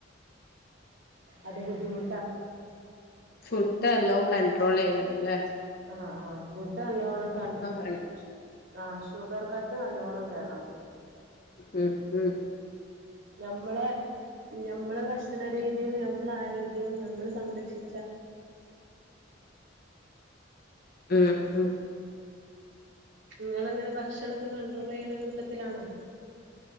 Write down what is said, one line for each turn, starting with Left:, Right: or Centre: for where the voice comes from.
Right: അത് ബുദ്ധിമു
Left: ഫുഡ് എല്ലോ കൺട്രോൾ യ്യണം ല്ലേ
Right: ആ ആ ഫുഡ് നല്ലോണം കണ്ട
Left: വേണം
Right: ആ ഷുഗർ കട്ട് നല്ലോണ്ണം വേണം
Left: ഉം ഉം
Right: നമ്മളെ ഞമ്മളെ ഭക്ഷണ രീതി നമ്മള ആരോഗ്യവും നമ്മൾ സംരക്ഷി
Left: ഉം ഉം
Right: നിങ്ങ ങ്ങനെ ഭക്ഷണൊക്കെ കണ്ട്ടോൾ ചെയ്യുന്ന കൂട്ടത്തിലാണോ